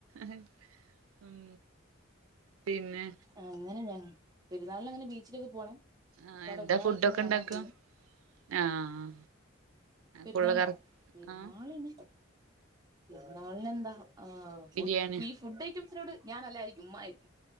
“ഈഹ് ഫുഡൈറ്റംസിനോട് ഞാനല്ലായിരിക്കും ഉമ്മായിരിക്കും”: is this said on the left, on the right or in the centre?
Right